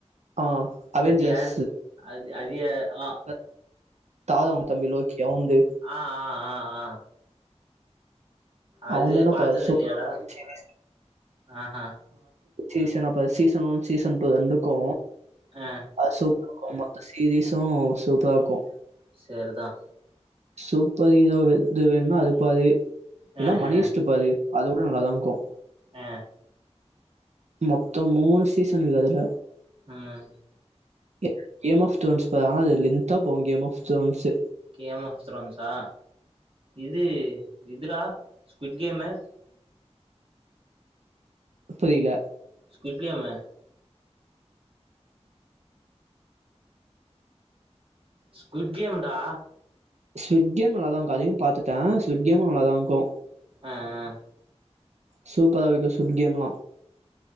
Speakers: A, on the right; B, on the right.
A: ஆ அவெஞ்சர்ஸ்
B: அது யாருது அது அது யா ஆ
A: அவெஞ்சர் தாதா அவங்க தம்பி லோக்கி அவுன்து
B: ஆ ஆ ஆ ஆ அது
A: அவுன்தேனா
B: பாத்தது
A: பா சூப்பரா
B: இல்லையாடா
A: இருந்துச்சு சீரிஸ்.
B: ஆ ஹா
A: சீசனப்ப சீசன் ஒன் சீசன் டூ ரெண்டுக்கோ
B: ஆ
A: அ சூப் இர்க்கோ ஆமா சீரீஸோ சூப்பரா இர்க்கோ
B: சரிதா
A: சூப்பர் ஹீரோ எது வேண்மா அது பாரு இல்லனா
B: ஆ
A: மனீஸ்ட்டுப்பாரு
B: ஆ
A: அது கூட நல்லாதாக்கோ
B: ஆ
A: மொத்தோ மூணு சீசன்னுக்குது அதுல
B: ம்
A: கே கேம் ஆஃப் ஸ்டோன்ஸு பாரு ஆனா அது லென்தா போகோ game of stones
B: game of த்ரோன்ஸா இது இதுடா ஸ்குட் கேமு
A: புரியல
B: ஸ்குட் கேமு ஸ்குட் கேம்டா
A: ஸ்க்விட் கேம் நல்லாதா இருக்கு அதையு பாத்துட்டே ஸ்க்விட் கேமும் நல்லாதான் இக்கும்
B: ஆஹ் ஆஹ்
A: சூப்பரா இருக்கு சுட் கேம்லா